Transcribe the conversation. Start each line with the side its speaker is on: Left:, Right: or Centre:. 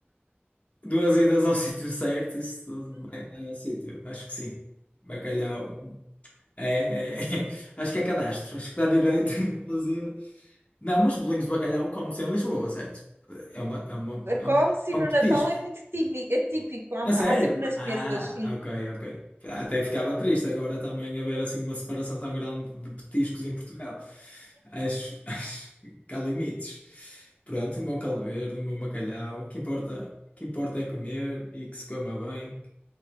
Left: Duas idas ao <laughs> sítio certo, isso tudo vai, vai ao sítio. Acho que sim. Bacalhau. É, é, <laughs> Acho que é cadastro. Acho que dá direito, <laughs> inclusive. Não, mas bolinhos de bacalhau come-se em Lisboa, certo? É uma, é uma, é
Right: Come-se
Left: um, é
Right: no
Left: um petisco.
Right: Natal é muito tími- é típico, há,
Left: A sério?
Right: há sempre nas
Left: Ah,
Right: mesas, sim.
Left: ok, ok. Até ficava triste agora também haver assim uma separação tão grande de petiscos em Portugal. Acho, <laughs> acho que há limites. Pronto, um bom caldo verde, um bom bacalhau. O que importa, o que importa é comer e que se coma bem.